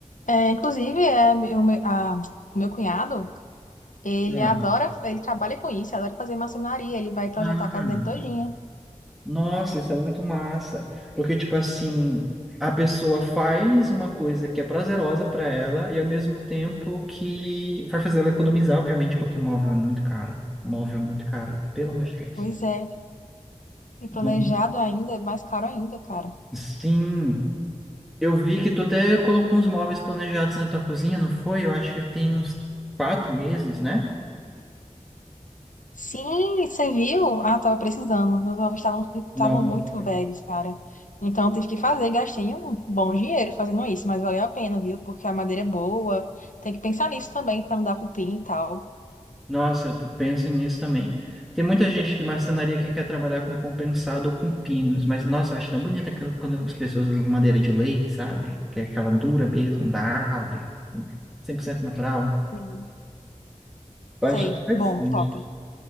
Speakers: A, on the left; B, in the centre.
A: É, inclusive, é, o meu, a- o meu cunhado. Ele
B: Ah,
A: adora, ele trabalha com isso, adora fazer marcenaria, ele vai projetar
B: Ah.
A: a casa dele todinha.
B: Nossa, isso é muito massa. Porque, tipo assim, a pessoa faz uma coisa que é prazerosa pra ela e ao mesmo tempo que vai fazer ela economizar, obviamente, porque móvel é muito caro. Móvel é muito caro, pelo amor de Deus.
A: Pois é, e planejado
B: Vamos.
A: ainda, é mais caro ainda, cara.
B: Sim, eu vi que tu até colocou uns móveis planejados na tua cozinha, não foi? Eu acho que tem uns quatro meses, né?
A: Sim, você viu? Ah, tava precisando. Meus móveis estavam estavam
B: Nossa.
A: muito velhos, cara. Então eu tive que fazer, gastei um bom dinheiro fazendo isso, mas valeu a pena, viu? Porque a madeira é boa. Tem que pensar nisso também pra não dar cupim e tal.
B: Nossa, eu penso nisso também. Tem muita gente de marcenaria que quer trabalhar com compensado ou com pinos, mas nossa, eu acho tão bonita aquela- quando as pessoas usam madeira de lei, sabe? Que é aquela dura mesmo, da árvore, 100% natural.
A: Sim.
B: Eu
A: Sei.
B: acho interessante.
A: Bom, top.